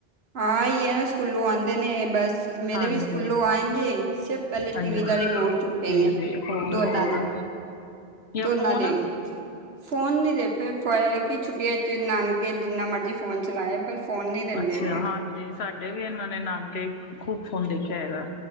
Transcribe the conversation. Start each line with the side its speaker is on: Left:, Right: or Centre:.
Right: ਹਾਂ ਹੈ ਨਾ ਸਕੂਲੋਂ ਆਉਂਦੇ ਨੇ ਬਸ, ਮੇਰੇ
Left: ਹਾਂਜੀ
Right: ਵੀ ਸਕੂਲੋਂ ਆਏਗੇ ਸਬ ਪਹਿਲੇ
Left: ਹਾਂਜੀ
Right: ਟੀਵੀ ਦਾ ਰਿਮੋਟ ਚੁੱਕੇਨਗੇ,
Left: ਤੇ ਵੀ ਹੋਰ
Right: ਦੋਨਾਂ
Left: ਹੋਰ
Right: ਦੇ,
Left: ਜਾਂ
Right: ਦੋਨਾਂ
Left: ਫੋਨ
Right: ਦੇ ਫੋਨ ਨੀ ਦੇਖਦੇ ਪਏ, ਕਿ ਛੁੱਟੀਆਂ 'ਚ ਨਾਨਕੇ ਜਿੰਨਾ ਮਰਜੀ ਫੋਨ ਚਲਾਏ ਪਰ ਫੋਨ ਨਹੀਂ ਦੇਂਦੇ
Left: ਅੱਛਾ
Right: ਹੈਗੇ।
Left: ਹਾਂਜੀ ਸਾਡੇ ਵੀ ਇਹਨਾਂ ਨੇ ਨਾਨਕੇ, ਖੂਬ ਫੋਨ ਦੇਖਿਆ ਹੈਗਾ।